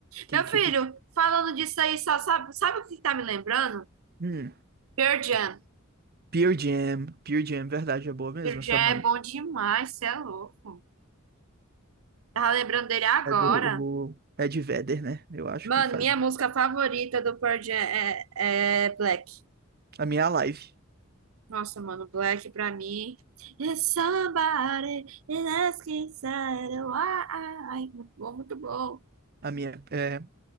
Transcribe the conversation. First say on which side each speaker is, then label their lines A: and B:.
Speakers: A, on the right; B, on the right.
A: Aquele
B: Meu
A: tipo.
B: filho, falando disso aí, só sabe, sabe o que tá me lembrando?
A: Hum,
B: Pearl Jam.
A: Pearl Jam. Pearl Jam, verdade, é boa mesmo
B: Pearl
A: essa
B: Jam é
A: banda.
B: bom demais, você é louco. Tava lembrando dele agora.
A: É do o Ed Vedder, né? Eu acho
B: Mano,
A: que faz.
B: minha música favorita do Pearl Jam é, é Black.
A: A minha é a live.
B: Nossa, mano, Black pra mim. It's somebody is asking, inside. why? Muito bom, muito bom.
A: A minha. É,